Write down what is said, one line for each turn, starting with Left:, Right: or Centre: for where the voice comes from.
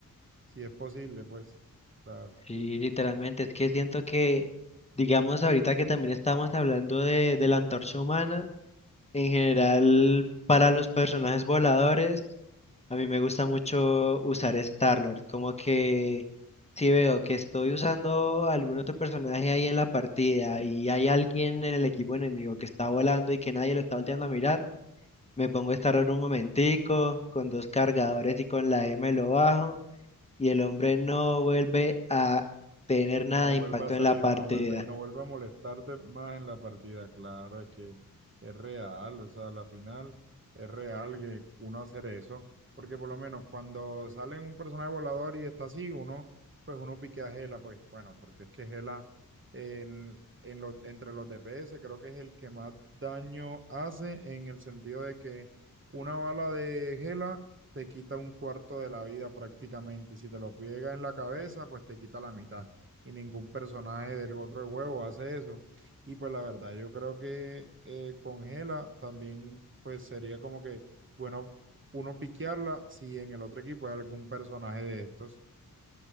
Right: si es posible, pues, la,
Left: Sí, literalmente, es que siento que, digamos, ahorita que también estamos hablando de, de la antorcha humana, en general, para los personajes voladores, A mí me gusta mucho usar Starlord, como que si veo que estoy usando algún otro personaje ahí en la partida y hay alguien en el equipo enemigo que está volando y que nadie lo está volteando a mirar, me pongo Starlord un momentico, con dos cargadores y con la M lo bajo, y el hombre no vuelve a tener nada
Right: No
Left: de
Right: vuelva
Left: impacto
Right: a salir,
Left: en la partida.
Right: no vuelve, no vuelve a molestarte más en la partida. Claro, es que es real, o sea, la final es real que uno hacer eso, porque por lo menos cuando sale un personaje volador y está así, uno, pues uno pique a Gela, pues bueno, porque es que Gela en, en los- entre los DPS creo que es el que más daño hace en el sentido de que una bala de Gela te quita un cuarto de la vida prácticamente y si te lo pega en la cabeza, pues te quita la mitad y ningún personaje del otro juego hace eso. Y pues la verdad, yo creo que eh, con Gela también pues sería como que bueno uno piquearla si en el otro equipo hay algún personaje de estos.